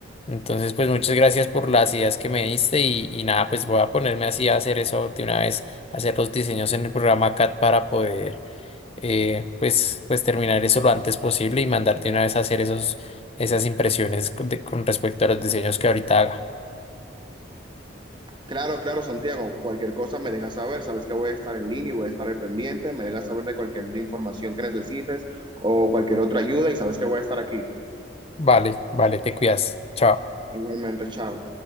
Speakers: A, on the left; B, on the right.
A: Entonces, pues muchas gracias por las ideas que me diste y, y nada, pues voy a ponerme así a hacer eso de una vez, hacer los diseños en el programa CAD para poder eh, pues, pues terminar eso lo antes posible y mandarte una vez a hacer esos, esas impresiones con de- con respecto a los diseños que ahorita haga.
B: Claro, claro, Santiago, cualquier cosa me dejas saber, sabes que voy a estar en línea y voy a estar al pendiente, me dejas saber de cualquier información que necesites o cualquier otra ayuda y sabes que voy a estar aquí.
A: Vale, vale, te cuidas. Chao.
B: Igualmente, chao.